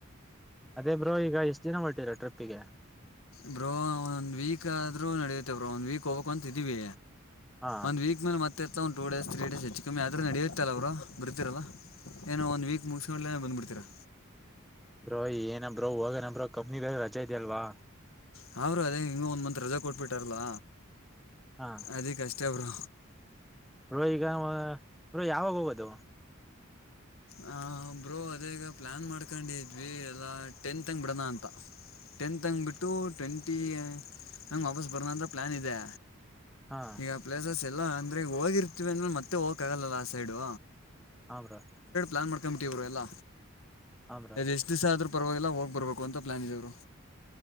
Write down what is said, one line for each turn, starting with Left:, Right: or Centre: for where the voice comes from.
Centre: ಅದೇ ಬ್ರೋ ಈಗ ಎಷ್ಟ್ ದಿನ ಹೊರ್ಟಿರಾ ಟ್ರಿಪ್ಪಿಗೆ
Left: ಬ್ರೋ ಒಂದ್ ವೀಕ್ ಆದ್ರೂ ನಡುತ್ತೆ ಬ್ರೋ ಒಂದ್ ವೀಕ ಹೋಗಬೇಕ ಅಂತ ಇದೀವಿ
Centre: ಹಾ
Left: ಒಂದು ವೀಕ್ ಮೇಲೆ ಮತ್ತೆ ಇತ್ಲಾ ಒಂದು ಟೂ ಡೇಸ್ ತ್ರೀ ಡೇಸ್ ಹೆಚ್ಚು ಕಮ್ಮಿ ಆದ್ರೂ ನಡೆಯುತ್ತಲ್ಲ ಬ್ರೋ ಬರ್ತಿರಲ್ಲ ಏನ ಒಂದ ವೀಕ್ ಮುಗಿಸಗುಕ್ಲೇ ಬಂದ್ಬಡ್ತಿರಾ
Centre: ಬ್ರೋ ಏನ ಬ್ರೋ ಹೋಗುಣಾ ಬ್ರೋ ಕಂಪನಿ ಬೇರೆ ರಜಾ ಇದೆ ಅಲ್ವಾ
Left: ಹಾ ಬ್ರೋ ಅದೇ ಹಿಂಗ ಒಂದ್ ಮಂತ್ ರಜಾ ಕೊಟ್ಬಿಟ್ಟಾರಲ್ಲ
Centre: ಹಾ
Left: ಅದಕಸ್ಟೇ ಸ್ಟೇ ಬ್ರೋ
Centre: ಬ್ರೋ ಈಗ ವಾ ಬ್ರೋ ಯಾವಾಗ ಹೋಗೋದು
Left: ಹ ಬ್ರೋ ಅದೇ ಈಗ ಪ್ಲಯಾನ್ ಮಾಡ್ಕೊಂಡಿದ್ವಿ ಎಲ್ಲ ಟೆಂತ್ ಹಂಗ ಬಿಡೋಣ ಅಂತ ಟೆಂತ್ ಬಿಟ್ಟು ಟ್ವೆಂಟಿ ಹಂಗೆ ವಾಪಸ್ ಬರೋಂತ ಪ್ಲಾನ್ ಇದೆ
Centre: ಹಾ
Left: ಈಗ ಪ್ಲೇಸಸ್ ಎಲ್ಲ ಅಂದ್ರೆ ಹೋಗಿರ್ತೀವಿ ಅಂದ್ರೆ ಮತ್ತೆ ಹೋಗಕ್ಕಾಗಲ್ಲಲ್ಲ ಆ ಸೈಡು
Centre: ಹಾ ಬ್ರೋ
Left: ಪ್ಲಾನ್ ಮಾಡ್ಕೊಂಡಬಿಟ್ಟಿವಿ ಬ್ರೋ ಎಲ್ಲ
Centre: ಹ ಬ್ರೋ
Left: ಎಷ್ಟ್ ದಿವಸಾ ಆದ್ರೂ ಪರವಾಗಿಲ್ಲ ಹೋಗಿ ಬರಬೇಕು ಅಂತ ಪ್ಲ್ಯಾನ್ ಇದೆ ಬ್ರೋ